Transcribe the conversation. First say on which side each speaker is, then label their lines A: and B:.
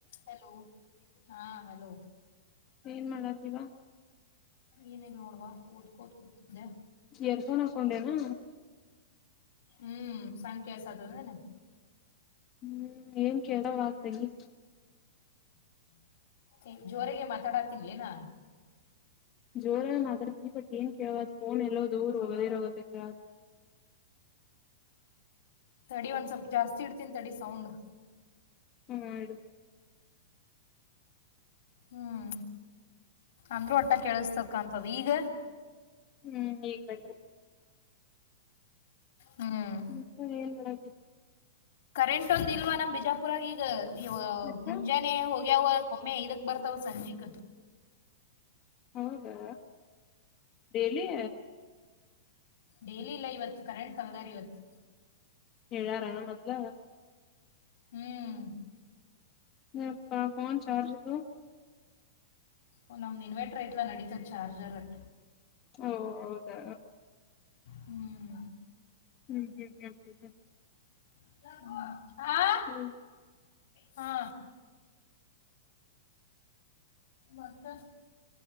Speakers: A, on the left; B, on the left.
A: Hello ಹಾ hello
B: ಏನ್ ಮಾಡಕ್ಕತ್ತಿ ಅವ್ವ
A: ಏನ ಇಲ್ ನೋಡ್ವಾ ಕಓದ್ ಕೋದ್ ಕೂತಿದ್ದೆ
B: ಇಯರ್ಫೋನ್ ಹಾಕೊಂಡೆನಾ
A: ಹ್ಮ್ ಸಂಖ್ಯಾ ಸಾದನೆನ.
B: ಹ್ಮ್ ಏನ್ ಕೇದವ ತಗಿ.
A: ಏ ಜೋರಾಗೆ ಮಾತನಾಡುತ್ತಿಲೇನ.
B: ಜೋರಗ್ ಮಾತಡತಿ ಬಟ್ ಏನ್ ಕೇಳ ಫೋನ್ ಎಲ್ಲೋ ದೂರ ಹೋಗೋದಿರೋಗತ್ತೆ
A: ತಡಿ ಒಂದ್ ಸ್ವಲ್ಪ್ ಜಾಸ್ತಿ ಇಡ್ತೀನಿ ತಡಿ ಸೌಂಡು
B: ಹು ಇಡು
A: ಹ್ಮ ಅಂದ್ರೂ ಒಟ್ಟ ಕೇಳಿಸ್ತಾದ ಕಾಣ್ತದ ಈಗ.
B: ಹ್ಞೂ ಇಗ್ ಬೆಟ್ರು.
A: ಹ್ಮ್
B: <unintelligible> ಏನ್ <unintelligible>
A: ಕರೆಂಟ್ ಒಂದ್ ಇಲ್ವಾ ಲ ಬಿಜಾಪುರಾಗ್ ಈಗ ಯವ್ವ
B: ಮತ್ತ
A: ಮುಂಜಾ ನೆ ಹೋಗ್ಯಾವ ಒಮ್ಮೆ ಐದಕ್ ಬರ್ತಾವ ಸಂಜಿಕ.
B: ಹೌದಾ ಡೇಲಿ.
A: ಡೇಲಿ ಇಲ್ಲ ಇವತ್ತು ಕರೆಂಟ್ ತಗದಾರ್ ಇವತ್ತು.
B: ಎಲ್ಲಾ ರ್ ಅರಾಮ್ ಅದ್ಲ.
A: ಹ್ಮ್
B: ಏ ಯಪ್ಪಾ ಫೋನ್ ಚಾರ್ಜ ಇಡು.
A: ಓಂ ನಮ್ಮ ಇನ್ವಾಟರೇಟ್ ಐತಲನಡಿತಿದೆ ಚಾರ್ಜರ್ ಆಟ.
B: ಓ ಹೌದಾ
A: ಹ್ಮ್
B: ಹ್ಞ ಹ್ಞೂ ಹ್ಞ ಹ್ಞ ಹ್ಞ
A: ಹ
B: ಹ್ಞೂ
A: ಹಾ ಮತ್ತೆ.